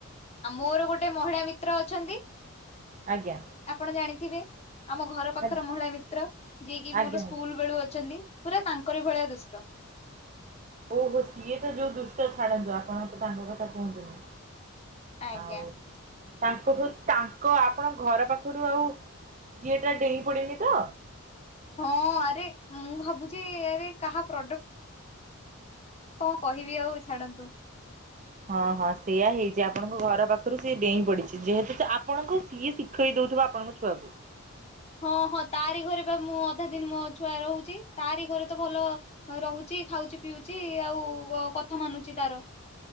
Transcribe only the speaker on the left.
ଆ ମୋର ଗୋଟେ ମହିଳା ମିତ୍ର ଅଛନ୍ତି
ଆପଣ ଜାଣିଥିବେ? ଆମ ଘର ପାଖରେ
ମହିଳା ମିତ୍ର ଯିଏକି
ମୋର ସ୍କୁଲ ବେଳୁ ଅଛନ୍ତି। ପୁରା ତାଙ୍କରି ଭଳିଆ ଦୁଷ୍ଟ
ଆଜ୍ଞା
ହଁ ଆରେ ମୁଁ ଭାବୁଛି ଆରେ କାହା ପ୍ରଡକ୍ଟ? କଣ କହିବି ଆଉ ଛାଡ଼ନ୍ତୁ।
ହଁ ହଁ ତାରି ଘରେ ବା ମୁଁ ଅଧା ଦିନ ମୋ ଛୁଆ ରହୁଛି। ତାରି ଘରେ ତ ଭଲ ରହୁଛି। ଚି ଖାଉଛି ପିଉଛି ଆଉ ଅ କଥା ମାନୁଛି ତାର